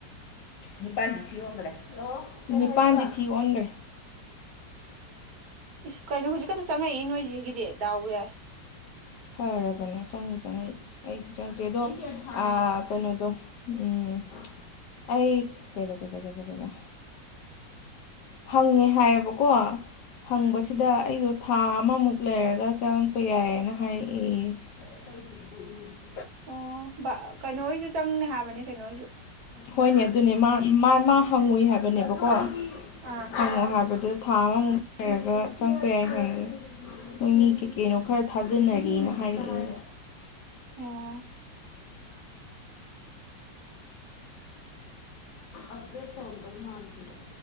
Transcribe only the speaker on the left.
ꯅꯤꯄꯥꯟꯗꯤ ꯊꯤ ꯑꫭꯟꯒꯔꯦ ꯅꯤꯄꯥꯟꯗꯤ ꯊꯤ ꯑꯣꯟꯒꯔꯦ
ꯐꯔꯕꯅꯦ ꯆꯪꯕꯨ ꯆꯪꯉꯛꯏꯁꯦ ꯑꯩꯗꯤ ꯆꯪꯛꯇꯦ ꯑꯗꯣ ꯑ ꯀꯩꯅꯣꯗꯣ ꯎꯝ ꯑꯩ ꯀꯩꯕꯥ ꯀꯩꯕ ꯀꯩꯕ ꯀꯩꯕ ꯍꯪꯉꯦ ꯍꯥꯏꯌꯦꯕꯀꯣ ꯍꯪꯕꯁꯤꯗ
ꯑꯩꯗꯣ ꯊꯥ ꯑꯃꯃꯨꯛ ꯂꯩꯔꯒ ꯆꯪꯉꯛꯄ ꯌꯥꯏꯌꯦꯅ ꯍꯥꯏꯔꯛꯑꯦꯌꯦ <inaudible>
ꯍꯣꯏꯅꯦ ꯑꯗꯨꯅꯦ ꯃꯥ ꯃꯥ ꯃꯥ ꯍꯪꯉꯨꯏ ꯍꯥꯏꯕꯅꯦꯕꯀꯣ
ꯍꯪꯉꯣ ꯍꯥꯏꯕꯗꯨ ꯊꯥ ꯑꯃꯃꯨꯛ ꯂꯩꯔꯒ ꯆꯪꯉꯛꯄ ꯌꯥꯏ ꯍꯥꯏꯌꯦ ꯃꯣꯏ ꯃꯤ ꯀꯩꯀꯩꯅꯣ ꯈꯔ ꯊꯥꯖꯟꯅꯔꯤꯅ ꯍꯥꯏꯔꯛꯑꯦꯌꯦ
ꯑꯞꯒ꯭ꯔꯦꯗ ꯇꯧꯔꯝꯗꯧ ꯃꯥꯟꯈꯤꯕ